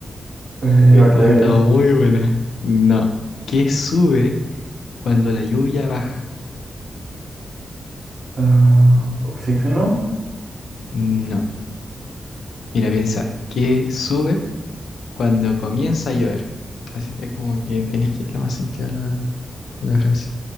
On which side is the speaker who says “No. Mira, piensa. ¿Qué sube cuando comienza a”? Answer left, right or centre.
Left